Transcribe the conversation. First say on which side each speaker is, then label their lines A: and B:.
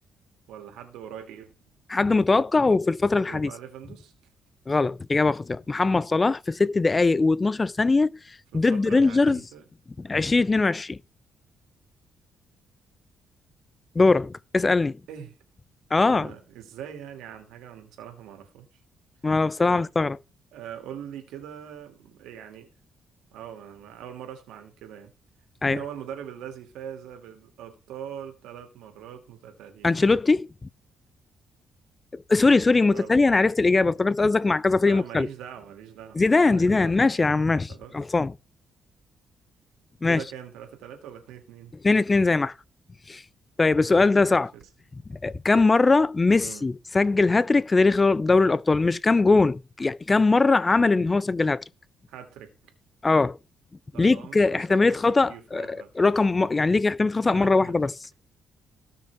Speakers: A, on the right; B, on the left.
A: ولا حد قريب
B: حد متوقع وفي الفترة الحديثة
A: يبقى ليفاندوسكي
B: غلط إجابة خاطئة محمد صلاح في ست دقايق و12 ثانية
A: في الفترة
B: ضد رينجرز
A: الحديثة
B: 2022 دورك اسألني
A: ايه
B: اه
A: ده انا ازاي يعني عن حاجة انا صراحة ما اعرفهاش
B: ما انا بصراحة
A: طيب
B: مستغرب
A: آه، قول لي كده يعني اه انا ما- اول مرة اسمع عن كده يعني
B: ايوه
A: مين هو المدرب الذي فاز بالابطال ثلاث مرات متتالية
B: انشيلوتي سوري سوري متتالية
A: غلط
B: انا عرفت الإجابة افتكرت قصدك مع كذا فريق
A: لا
B: مختلف
A: ماليش دعوة ماليش دعوة
B: زيدان
A: ماليش
B: زيدان
A: دعوة
B: ماشي يا عم ماشي
A: خلاص
B: خلصان ماشي
A: كده كام تلاتة تلاتة ولا اتنين اتنين
B: 2 2 زي ما احنا طيب السؤال ده
A: ماشي
B: صعب
A: اسأل
B: كم مرة ميسي
A: امم
B: سجل هاتريك في تاريخ دوري الأبطال مش كم جون يعني كم مرة عمل إن هو سجل هاتريك
A: هاتريك
B: اه
A: طيب
B: ليك
A: هو ميسي
B: احتمالية
A: اصلا ما جابش
B: خطأ
A: كتير في حياته هاتريك
B: رقم م... يعني ليك احتمالية خطأ
A: تلاتة
B: مرة واحدة
A: هاتريك
B: بس